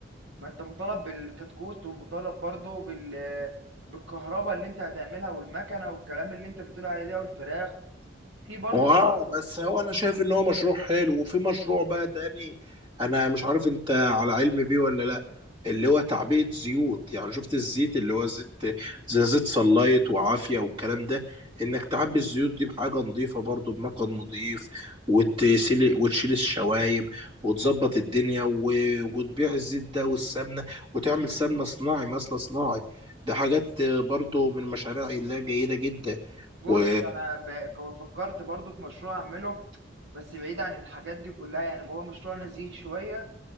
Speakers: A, on the right; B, on the right.
A: ما انت مطالب بالكتكوت ومطالب برضه بال بالكهرباء اللي انت هتعملها والمكنه والكلام اللي انت بتقول عليه ده والفراخ في برضه
B: هو اه
A: خطورة
B: بس هو انا شايف ان هو مشروع حلو وفي مشروع بقى تاني انا مش عارف انت على علم بيه ولا لا اللي هو تعبئة زيوت يعني شفت الزيت اللي هو زيت زي زيت صلايت وعافية والكلام ده انك تعبي الزيوت دي بحاجة نظيفة برضو بمكان نظيف وتسيل وتشيل الشوايب وتظبط الدنيا و... وتبيع الزيت ده والسمنة وتعمل سمنة صناعي مثلا صناعي ده حاجات برضو من المشاريع اللي هي جيدة جدا
A: بص
B: و...
A: أنا ب- فكرت برضه في مشروع أعمله بس بعيد عن الحاجات دي كلها يعني هو مشروع نزيه شوية